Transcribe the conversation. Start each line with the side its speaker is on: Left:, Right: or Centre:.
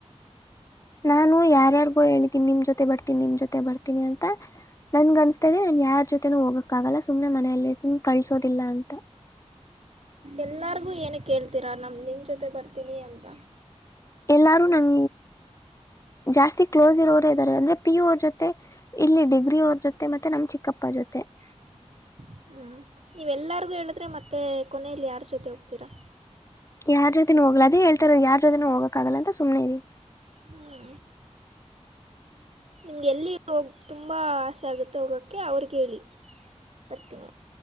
Left: ನಾನು ಯಾರ್ಯಾರ್ಗೋ ಹೇಳ್ತೀನಿ ನಿಮ್ ಜೊತೆ ಬರ್ತೀನಿ ನಿಮ್ ಜೊತೆ ಬರ್ತೀನಿ ಅಂತ.. ನನ್ಗನ್ಸ್ತಾ ಇದೆ ನಾನ್ ಯಾರ್ ಜೊತೆನೂ ಹೋಗಕ್ಕಾಗಲ್ಲ ಸುಮನೆ ಮನೆಯಲ್ಲಿನ್ ಕಳ್ಸೋದಿಲ್ಲ ಅಂತ..
Right: ಎಲ್ಲರಿಗೂ ಏನ ಕೇಳ್ತೀರಾ ನಮ ನಿನ್ನ ಜೊತೆ ಬರ್ತೀನಿ ಅಂತ..
Left: ಎಲ್ಲಾರೂ ನಂ. ಜಾಸ್ತಿ ಕ್ಲೋಸ್ ಇರೋರೇ ಇದ್ದಾರೆ ಅಂದ್ರೆ ಪಿ ಯು ಅವರ್ ಜೊತೆ ಇಲ್ಲಿ ಡಿಗ್ರಿ ಅವ್ರ ಜೊತೆ ಮತ್ತೆ ನಮ್ ಚಿಕ್ಕಪ್ಪ.. ಗಪ್ಪ ಜೊತೆ..
Right: <unintelligible> ಹಾ ನೀವೆಲ್ಲರಿಗೂ ಹೇಳಿದ್ರೆ ಮತ್ತೆ ಕೊನೆಯಲ್ಲಿ ಯಾರ ಜೊತೆ ಹೋಗ್ತೀರಾ..
Left: ಯಾರ್ ಜೊತೆ ಹೋಗ್ಲ ಅದ ಹೇಳ್ತಾರೋ ಯಾರ್ ಜೊತೆನೂ ಹೋಗಕ್ ಆಗಲ್ಲ ಅದು ಸು್ನೆ ಇದೀನಿ.
Right: ಹ್ಞೂ ನಿಮ್ಗೆ ಎಲ್ಲಿ ಹೋಗ.. ತುಂಬ ಆಸೆ ಆಗುತ್ತೆ ಹೋಗೋಕ್ಕೆ ಅವ್ರಿಗೆ ಹೇಳಿ ಬರ್ತೀನಿ..